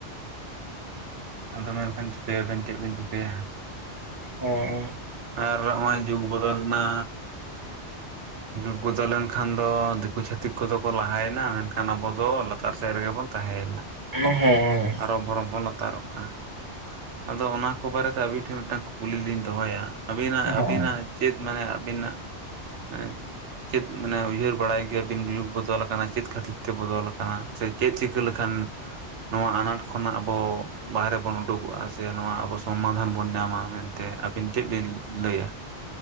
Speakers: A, on the right; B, on the right.
A: ᱟᱫᱚ ᱢᱮᱱᱠᱷᱟᱱ ᱪᱤᱠᱟᱹᱭᱟᱵᱮᱱ ᱪᱮᱫ ᱵᱮᱱ ᱪᱤᱠᱟᱹᱭᱟ
B: ᱦᱮ
A: ᱟᱨ ᱦᱚᱜᱚᱭ ᱡᱩᱜᱽ ᱵᱚᱫᱚᱞ ᱱᱟ ᱡᱩᱜ ᱵᱚᱫᱚᱞ ᱞᱮᱱᱠᱷᱟᱱ ᱫᱚ ᱫᱤᱠᱩ ᱪᱷᱷᱟᱛᱤᱠ ᱠᱚᱫᱚ ᱠᱚ ᱞᱟᱦᱟᱭᱮᱱᱟ ᱢᱮᱱᱠᱷᱟᱱ ᱟᱵᱚ ᱫᱚ ᱞᱟᱛ ᱛᱟᱨ ᱥᱮᱫ ᱨᱮᱜᱮ ᱵᱚᱱ ᱛᱟᱦᱮᱸᱭᱮᱱᱟ
B: ᱦᱮᱸ
A: ᱨᱚᱵᱚ ᱨᱚᱵᱷᱚ ᱵᱚᱱ ᱞᱟᱛᱟᱨᱚᱜ ᱠᱟᱱ ᱟᱫᱚ ᱚᱱᱟ ᱠᱚ ᱵᱟᱨᱮᱛᱮ ᱟᱵᱤᱱ ᱴᱷᱮᱱ ᱢᱤᱫᱴᱟᱝ ᱠᱩᱠᱞᱤ ᱞᱤᱧ ᱫᱚᱦᱚᱭᱟ ᱟᱹᱵᱤᱱᱟᱜ
B: ᱦᱮᱸ
A: ᱟᱹᱵᱤᱱᱟᱜ ᱪᱮᱫ ᱢᱟᱱᱮ ᱟᱹᱵᱤᱱᱟᱜ ᱮ ᱪᱮᱫ ᱢᱟᱱᱮ ᱩᱭᱦᱟᱹᱨ ᱵᱟᱲᱟᱭ ᱜᱮᱭᱟ ᱵᱤᱱ ᱡᱩᱜᱽ ᱵᱚᱫᱚᱞ ᱟᱠᱟᱱᱟ ᱪᱮᱫ ᱠᱷᱟᱹᱛᱤᱨ ᱛᱮ ᱵᱚᱫᱚᱞ ᱟᱠᱟᱱᱟ ᱥᱮ ᱪᱮᱫ ᱪᱤᱠᱟᱹ ᱞᱮᱠᱷᱟᱱ ᱱᱚᱣᱟ ᱟᱱᱟᱴ ᱠᱷᱚᱱᱟᱜ ᱟᱵᱚ ᱵᱟᱦᱨᱮ ᱵᱚᱱ ᱩᱰᱩᱠᱚᱜᱼᱟ ᱥᱮ ᱱᱚᱣᱟ ᱟᱵᱚ ᱥᱚᱢᱟᱫᱷᱟᱱ ᱵᱚᱱ ᱧᱟᱢᱟ ᱢᱮᱱᱛᱮ ᱛᱮ ᱟᱹᱵᱤᱱ ᱪᱮᱫ ᱵᱤᱱ ᱞᱟᱹᱭᱟ?